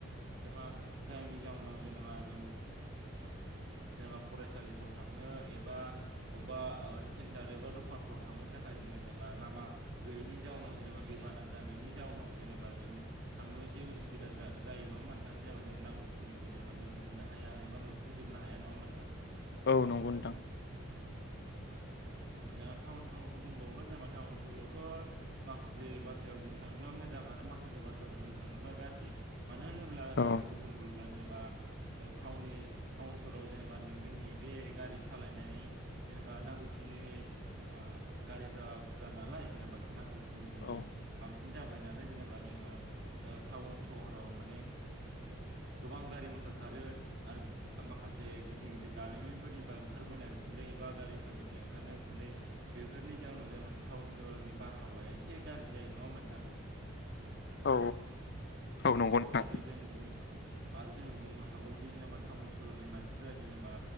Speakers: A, on the right; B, on the left.
A: जेनेबा जायनि जाउनाव जेनेबा जों जेनेबा फरायसालिफ्राव थांनो एबा अबेबा सेन्टार एबा दखानफ्राव थांनो थाखाय जे जेनेबा लामा गैयिनि जाउनाव जेनेबा दैबाना जानायनि जाउनाव जेनेबा जोंङ थांनो एसे असुबिदा जायो नङाम मोनथां जेनेबा जों नांगौखिनिखौ जेनेबा जों मोननो हाया एबा मोनफुंजोबनो हाया नङा मोनथां
B: औ नंगौ नोंथां
A: औ जेनेबा जों आं टाउन सहरखौ बुंबावला जेनेबा टाउन सहरावथ' माखासे बाथ्रायाव बुंनो थाङोबो। बा मुजां माखसे बुंनो थाङोबा गारजि मानो होनोबा
B: औ
A: गारजाखौ बुंग्रोब्ला जेनेबा अ थाउननि थाउन सहराव जेनेबा जोंनि बे गारि सालायनानै जेनेबा नांगौ खानिनि‌ जेनेबा गारिफ्रा बुरजा नालाय जेनेबा नांगौ खनिनि
B: औ
A: बांसि सिन जाबाय नालाय जेनेबा जोङो अ थाउन सहराव माने गोबां गारि मथर खारो आरो माखासे गिदिर गिदिर दारिमिनफोरनिफ्राय ओंखारबोनाय उखुन्दै एब गारिफोरनि ओमफ्राय ओंखारनाय उखुन्दै बेफोरनि जाउनाव जेनेबा थाउन सहरनि बारहावाया एसे गाज्रि जायो नङा मोनथां
B: औ नंगौ
A: औ
B: नोंथां
A: आरो जों बुं आरो जों बुंनो हाबावोदि जेनेबा थाउन सहरनि मानसिफोरा जेनेबा